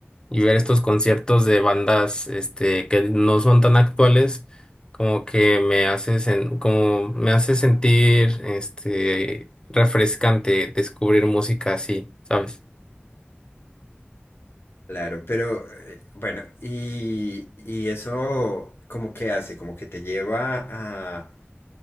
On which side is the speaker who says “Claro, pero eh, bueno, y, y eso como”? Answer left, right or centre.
Left